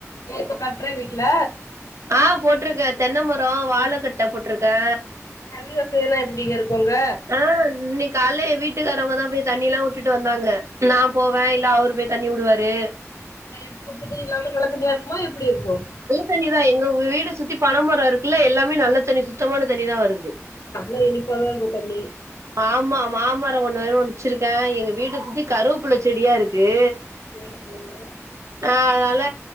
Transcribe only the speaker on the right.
அ போட்ருக்கே தென்னமரோ வாழக்கட்ட போட்ருக்கே.
அ இன்னிக் கால்ல வீட்டுக்காரவங்க தா போய் தண்ணி எல்லா உட்டுட்டு வந்தாங்க நா போவே இல்ல அவுரு போய் தண்ணி உடுவாரு.
தண்ணிதா எங்கவ் வீடு சுத்தி பண மரோ இருக்குல்ல எல்லாமே நல்ல தண்ணி சுத்தமான தண்ணிதா வருது.
ஆமா மாமரோ ஒன்னு வேற வெச்சிருக்கே. எங்க வீட்ட சுத்தி கருவுப்புல்ல செடியாருக்கு.
அ அதனால